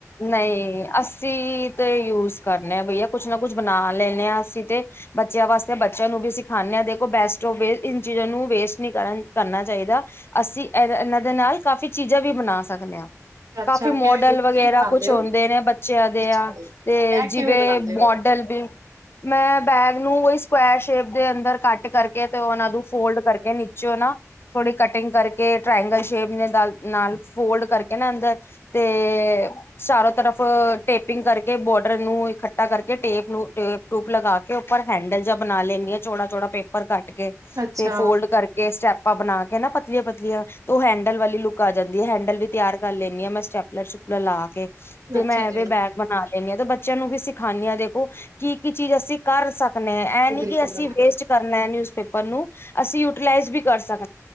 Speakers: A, on the left; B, on the right.
A: ਨਹੀਂ, ਅਸੀਂ ਤੇ ਯੂਜ ਕਰਨੇ ਹਾਂ ਬਈਆ ਕੁਛ ਨਾ ਕੁਛ ਬਣਾ ਲੈਂਦੇ ਹਾਂ ਅਸੀਂ ਤੇ, ਬੱਚਿਆਂ ਵਾਸਤੇ ਬੱਚਿਆਂ ਨੂੰ ਵੀ ਸਿਖਾਨੇ ਹਾਂ, ਦੇਖੋ ਬੈਸਟ ਇਨ ਚੀਜ਼ਾਂ ਨੂੰ ਵੇਸਟ ਨਹੀਂ ਕਰਨ ਕਰਨਾ ਚਾਹੀਦਾ ਅਸੀਂ ਇਹ ਇਹਨਾਂ ਦੇ ਨਾਲ ਕਾਫ਼ੀ ਚੀਜ਼ਾਂ ਵੀ ਬਣਾ ਸਕਦੇ ਹਾਂ।
B: ਅੱਛਾ
A: ਕਾਫੀ ਮੋਡਲ
B: ਕਿਵੇਂ
A: ਵਗੇਰਾ
B: ਕੀ ਬਣਾਦੇ
A: ਕੁਛ ਹੁੰਦੇ
B: ਹੋ?
A: ਨੇ ਬੱਚਿਆਂ ਦੇ,
B: ਅੱਛਾ
A: ਆ ਤੇ
B: ਬੈਗ
A: ਜਿਵੇਂ
B: ਕਿਵੇਂ ਬਣਾਦੇ ਹੋ?
A: ਮੋਡਲ ਵੀ ਮੈਂ ਬੈਗ ਨੂੰ ਉਹੀ ਸਕੁਐਰ ਸ਼ੇਪ ਦੇ ਅੰਦਰ ਕੱਟ ਕਰਕੇ ਤੇ ਉਹਨਾ ਨੂੰ ਫੋਲਡ ਕਰਕੇ ਨੀਚੇ ਨਾ, ਥੋੜੀ ਕਟਿੰਗ ਕਰ ਕੇ ਟ੍ਰਇਂਗਲ ਸ਼ੇਪ ਨੇ ਦਾ-ਨਾਲ ਫੋਲਡ ਕਰਕੇ ਨਾ ਅੰਦਰ ਤੇ ਤਰਫ ਟੇਪਿੰਗ ਕਰਕੇ ਬੋਡਰ ਨੂੰ ਇਕੱਠਾ ਕਰਕੇ ਟੇਪ ਨੂੰ ਟੇਪ ਟੂਪ ਲਗਾ ਕੇ, ਉੱਪਰ ਹੈਂਡਲ ਜਾ ਬਨਾ ਲੈਂਨੀ ਆਂ, ਚੋੜਾ ਚੋੜਾ ਪੇਪਰ ਕਟ ਕੇ
B: ਅੱਛਾ,
A: ਤੇ ਫੋਲਡ ਕਰਕੇ ਸਟੈਪ ਆਪਾਂ ਬਣਾ ਕੇ ਨਾ, ਪਤਲੀਆਂ-ਪਤਲੀਆਂ ਤੇ ਉਹ ਹੈਂਡਲ ਵਾਲੀ ਲੁੱਕ ਆ ਜਾਂਦੀ ਹੈ ਹੈਂਡਲ ਵੀ ਤਿਆਰ ਕਰ ਲੈਂਨੀ ਆਂ, ਮੈਂ ਸਟੈਪਲਰ ਸੁਪਲਰ ਲਾ ਕੇ ਤੇ
B: ਅੱਛਾ
A: ਮੈਂ ਇਹਵੇ
B: ਜੀ
A: ਬੈਗ ਬਣਾ ਲ ਇਨਾ ਤਾਂ ਬੱਚਿਆਂ ਨੂੰ ਵੀ ਸਿਖਾਂਨੀਆਂ, ਦੇਖੋ ਕੀ ਕੀ ਚੀਜ਼ ਅਸੀਂ ਕਰ ਸਕ ਨੇ ਹਾਂ ਐ ਨਹੀਂ
B: ਬਿਲਕੁਲ-ਬਿਲਕੁਲ
A: ਨੀ ਕਿ, ਅਸੀਂ ਵੇਸਟ ਕਰਨਾ ਨਿਊਜ਼ਪੇਪਰ ਓਨੂੰ ਅਸੀਂ ਯੂਟੀਲਾਈਜ਼ ਵੀ ਕਰ ਸਕ